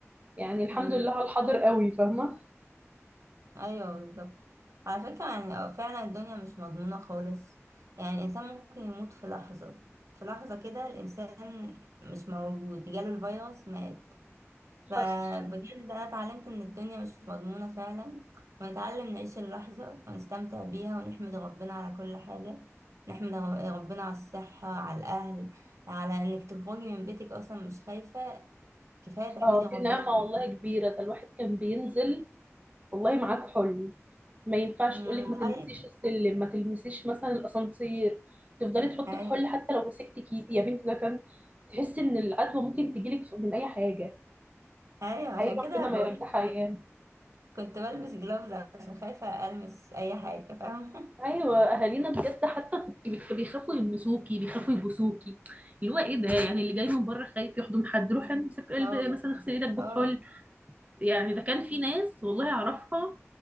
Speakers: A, on the right; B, on the right.
A: يعني الحمد
B: امم
A: لله على الحاضر قوي فاهمة
B: أيوه بالظبط على فكرة يعني آه، فعلا الدنيا مش مضمونة خالص يعني الإنسان ممكن يموت في لحظة في لحظة كده الإنسان مش موجود جاله الفيروس مات فبجد
A: حصل
B: أنا اتعلمت إن الدنيا مش مضمونة فعلا ونتعلم نعيش اللحظة ونستمتع بيها ونحمد ربنا على كل حاجة نحمد رب- ربنا على الصحة على الأهل على إنك تخرجي من بيتك أصلا مش خايفة كفاية تحمدي
A: اه
B: ربنا
A: دي نعمة
B: عليها
A: والله كبيرة ده الواحد كان بينزل والله معاك حلم ما ينفعش
B: أمم،
A: تقولك ما تلمسيش
B: أيوة
A: السلم ما تلمسيش مثلا الأسانسير تفضلي تحطك
B: أيوة
A: حل حتى لو مسكتك ايدي يا بنت ده كان تحسي ان العدوى ممكن تجيلك من اي حاجة
B: أيوة عشان
A: حقيقي
B: كده
A: ربنا ما
B: بقولك
A: يرجعها ايام
B: كنت بلبس جلوفز عشان خايفة ألمس أي حاجة فاهمة
A: ايوه اهالينا بجد حتى كنت بت- بيخافوا يلمسوكي بيخافوا يبوسوكي اللي هو ايه ده يعني اللي جاي من بره خايف يحضن حد روح امسك قلب
B: <laughs> اه والله.
A: مثلا اغسل ايدك بكحول
B: اه
A: يعني ده كان في ناس والله اعرفها